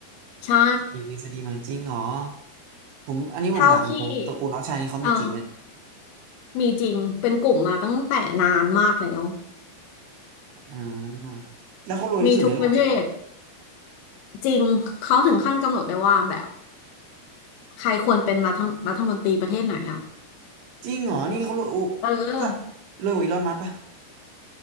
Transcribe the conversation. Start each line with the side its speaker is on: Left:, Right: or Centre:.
Left: ใช่
Right: มีทฤษฎีใหม่จริงเหรอผมอันนี้ผมถามตรงตระกูลน็อกชายนี่เขามีจริงไหม
Left: เท่าที่เออมีจริงเป็นกลุ่มมาตั้งแต่นานมากแล้ว
Right: อ่าแล้วเขารวยที่สุดในโลกจริงเหรอ
Left: มีทุกประเทศจริงเขาถึงขั้นกำหนดได้ว่าแบบ ใครควรเป็นรัฐรัฐมนตรีประเทศไหนอ่ะ
Right: จริงเหรอนี่เขารวยโอ้
Left: เออ
Right: ถ้ารวยกว่าอีลอนมัสก์ปะ